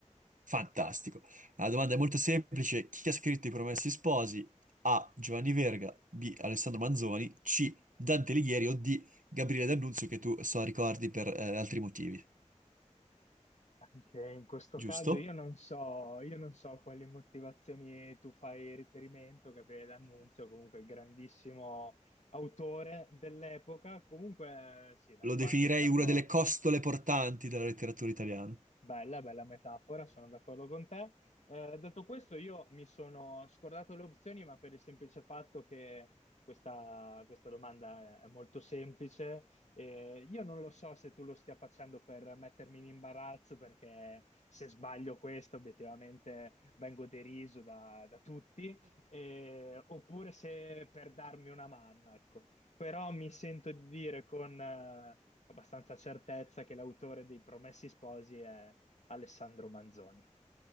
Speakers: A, on the right; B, on the left.
A: Fantastico. La domanda è molto semplice. Chi ha scritto I Promessi Sposi? A. Giovanni Verga, B. Alessandro Manzoni, C. Dante Alighieri o D. Gabriele D'Annunzio, che tu so ricordi per eh, altri motivi,
B: Anche in questo
A: giusto?
B: caso io non so, io non so quali motivazioni tu fai riferimento, che l'annunzio, comunque grandissimo autore dell'epoca. Comunque, sì, dai,
A: Lo
B: qua
A: definirei
B: sei stato,
A: una delle costole portanti della letteratura italiana.
B: Bella, bella metafora, sono d'accordo con te. Eh, detto questo, io mi sono scordato le opzioni, ma per il semplice fatto che questa, questa domanda è è molto semplice. Eh, io non lo so se tu lo stia facendo per mettermi in imbarazzo, perché se sbaglio questo, obiettivamente vengo deriso da, da tutti, eh, oppure se per darmi una mano, ecco però mi sento di dire con eh, abbastanza certezza che l'autore dei Promessi Sposi è Alessandro Manzoni.